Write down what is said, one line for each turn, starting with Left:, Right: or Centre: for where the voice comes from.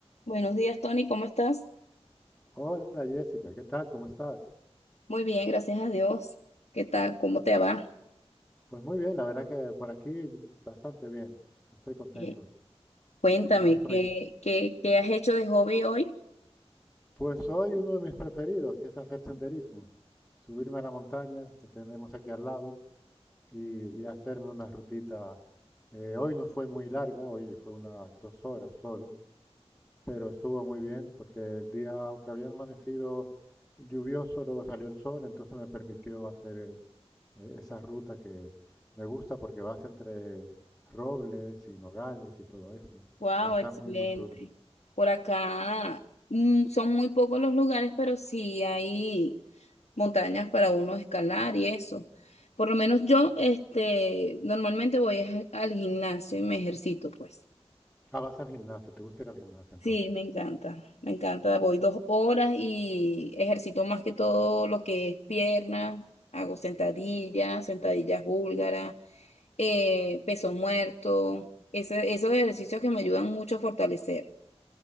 Left: Buenos días, Tony, ¿cómo estás?
Centre: Hola Jessica, ¿qué tal? ¿Cómo estás?
Left: Muy bien, gracias a Dios. ¿Qué tal? ¿Cómo te va?
Centre: Pues muy bien, la verdad que por aquí bastante bien, estoy contento.
Left: Eh, Cuéntame,
Centre: Y más
Left: ¿qué,
Centre: hoy.
Left: qué, qué has hecho de hobby hoy?
Centre: Pues hoy uno de mis preferidos, que es hacer senderismo, subirme a la montaña que tenemos aquí al lado y, y hacerme una rutita. Eh, hoy no fue muy larga, hoy fue unas dos horas solo, Pero estuvo muy bien porque el día, aunque había amanecido lluvioso, luego salió el sol, entonces me permitió hacer eh, eh, esa ruta que me gusta porque vas entre robles y nogales y todo eso.
Left: Wow,
Centre: Y está
Left: excelente.
Centre: muy, muy chulo.
Left: Por acá mm, son muy pocos los lugares, pero sí hay montañas para uno escalar y eso. Por lo menos yo, este, normalmente voy es al gimnasio y me ejercito, pues.
Centre: Ah, vas al gimnasio, ¿te gusta ir al gimnasio entonces?
Left: Sí, me encanta, me encanta. Voy dos horas y ejercito más que todo lo que es pierna, hago sentadillas, sentadillas búlgaras, eh, peso muerto, ese- esos ejercicios que me ayudan mucho a fortalecer.